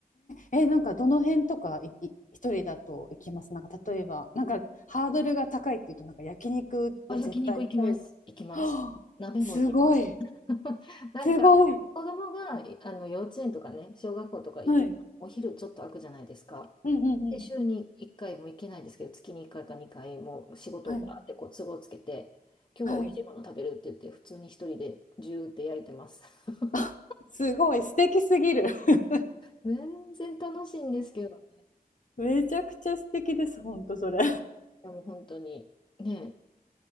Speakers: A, on the left; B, on the left.
A: え、え、なんかどの辺とかいい一人だと行きますなんか例えば、なんかハードルが高いっていうと、なんか焼肉は絶対一人で。
B: あ、焼肉行きます。行きます。
A: はあすごい。
B: 鍋も行きます。<laughs> なんか、
A: すごい。
B: 子供が、いあの、幼稚園とかね、小学校とか行って、
A: はい。
B: お昼ちょっと空くじゃないですか。
A: うんうんうん。
B: で、週に1回も行けないですけど、月に1回か2回もう仕事をバーってこう都合つけて、
A: はい。
B: 今日は美味しいもの食べるって言って、
A: はい。
B: 普通に一人でジューって焼いてます。<laughs>
A: <laughs> あすごい素敵すぎる。<laughs>
B: 全然楽しいんですけどね、
A: めちゃくちゃ素敵です、本当それ。
B: でも本当に、ね、